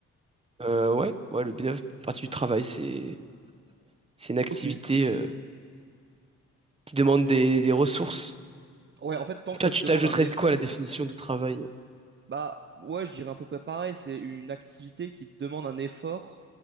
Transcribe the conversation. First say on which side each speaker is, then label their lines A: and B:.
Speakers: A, on the right; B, on the right.
A: Euh, ouais, ouais, le bien partie du travail, c'est c'est une activité
B: Ok.
A: euh, qui demande des, des ressources.
B: Ouais, en fait, tant que
A: Toi,
B: ça
A: tu
B: te demande
A: t'ajouterais
B: un effort,
A: de quoi à la définition de travail?
B: Bah ouais, je dirais à peu près pareil. C'est une activité qui demande un effort,